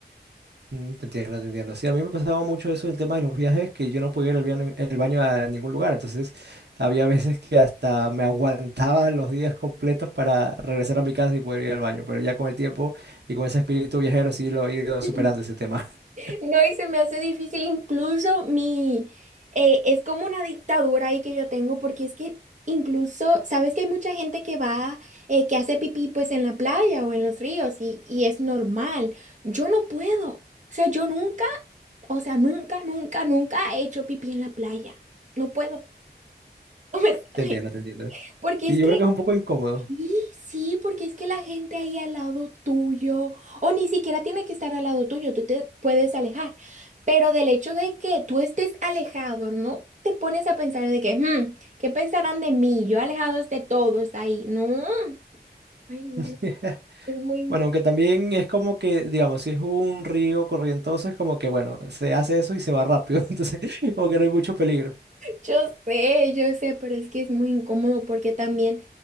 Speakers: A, on the right; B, on the right.
A: Mm, Te entiendo, te entiendo. Sí, a mí me pasaba mucho eso el tema de los viajes, que yo no podía ir al baño, el baño a ningún lugar. Entonces, había veces que hasta me aguantaba los días completos para regresar a mi casa y poder ir al baño. Pero ya con el tiempo y con ese espíritu viajero, sí lo he ido
B: <laughs>
A: superando ese tema. <laughs>
B: No, y se me hace difícil incluso mi... eh, es como una dictadura ahí que yo tengo porque es que incluso, sabes que hay mucha gente que va, eh, que hace pipí pues en la playa o en los ríos y, y es normal. Yo no puedo. O sea, yo nunca, o sea, nunca, nunca, nunca he hecho pipí en la playa. No puedo. <laughs> no me
A: Te
B: sale.
A: entiendo, te entiendo.
B: Porque
A: Y
B: es
A: yo
B: que,
A: creo que es un poco incómodo.
B: sí, sí, porque es que la gente ahí al lado tuyo, o ni siquiera tiene que estar al lado tuyo, tú te puedes alejar. Pero del hecho de que tú estés alejado, no te pones a pensar de que, "Hmm, ¿qué pensarán de mí? Yo alejado de todos ahí. No, ay, no,
A: <laughs>
B: es muy...
A: Bueno, aunque también es como que, digamos, si es un río corrientoso, es como que, bueno, se hace eso y se va rápido. <laughs> Entonces, como que no hay mucho peligro.
B: Yo sé, yo sé, pero es que es muy incómodo porque también